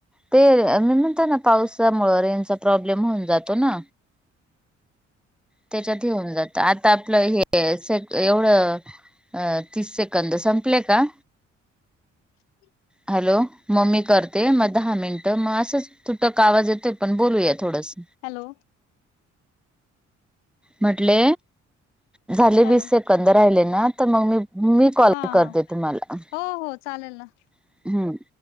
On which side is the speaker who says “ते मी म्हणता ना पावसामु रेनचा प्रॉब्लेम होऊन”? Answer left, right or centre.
Centre